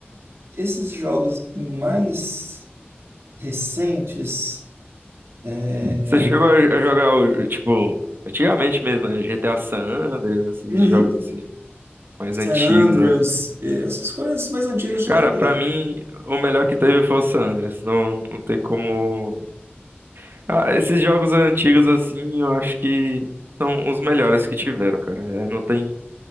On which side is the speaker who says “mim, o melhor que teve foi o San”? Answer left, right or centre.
Right